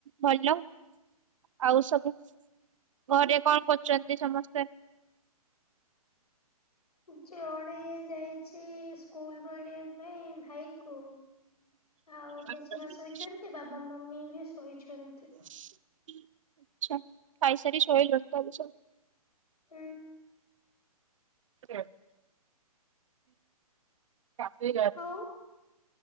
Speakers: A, on the right; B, on the left.
A: ଭଲ। ଆଉ ସବୁ ଘରେ କଣ କରୁଛନ୍ତି ସମସ୍ତେ?
B: ଜଣେ ଯାଇଚି ସ୍କୁଲୁ ରୁ ଆଣିବା ପାଇଁ ଭାଇ କୁ। ଆଉ
A: ଆଛା
B: ଜେଜେମା ଶୋଇଛନ୍ତି। ବାବା, ମମି ବି ଶୋଇଛନ୍ତି।
A: ଆଛା। ଖାଇ ସାରି ସୋଇଲଣି ତାହେଲେ ସବୁ।
B: ଉଁ
A: <unintelligible> ଆଉ
B: ହଉ